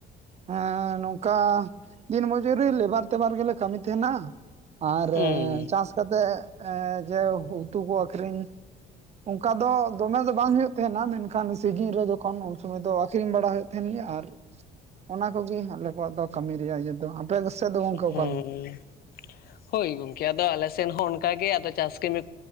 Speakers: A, on the right; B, on the left.
A: ᱮᱸ ᱱᱚᱝᱠᱟ ᱫᱤᱱ ᱢᱚᱡᱩᱨᱤ ᱞᱮᱵᱟᱨ ᱛᱮᱵᱟᱨ ᱜᱮᱞᱮ ᱠᱟᱹᱢᱤ ᱛᱟᱸᱦᱮᱱᱟ ᱟᱨ
B: ᱦᱩᱸ
A: ᱪᱟᱥ ᱠᱟᱛᱮᱜ ᱮ ᱡᱮ ᱩᱛᱩ ᱠᱚ ᱟᱹᱠᱷᱨᱤᱧ ᱚᱝᱠᱟ ᱫᱚ ᱫᱚᱢᱮ ᱫᱚ ᱵᱟᱝ ᱦᱩᱭᱩᱜ ᱛᱟᱸᱦᱮᱸᱱᱟ ᱢᱮᱱᱠᱷᱟᱱ ᱥᱤᱜᱤᱱ ᱨᱮ ᱡᱚᱠᱷᱚᱱ ᱩᱱᱥᱩᱢᱟᱹᱭ ᱫᱚ ᱟᱹᱠᱷᱨᱤᱧ ᱵᱟᱲᱟ ᱦᱩᱭᱩᱜ ᱛᱮᱦᱮᱱ ᱜᱮᱭᱟ ᱟᱨ ᱚᱱᱟ ᱠᱚᱜᱮ ᱟᱞᱮ ᱠᱚᱣᱟᱜ ᱫᱚ ᱠᱟᱹᱢᱤ ᱨᱮᱭᱟᱜ ᱤᱭᱟᱹ ᱫᱚ ᱟᱯᱮ ᱫᱚ ᱥᱮᱫ ᱫᱚ ᱜᱚᱝᱠᱮ ᱚᱠᱟ
B: ᱦᱩᱸ
A: ᱞᱮᱠᱟ? <inaudible>
B: ᱦᱳᱭ ᱜᱚᱝᱠᱮ ᱟᱫᱚ ᱟᱞᱮ ᱥᱮᱱ ᱦᱚᱸ ᱚᱱᱠᱟᱜᱮ ᱟᱫᱚ ᱪᱟᱥ ᱠᱟᱹᱢᱤ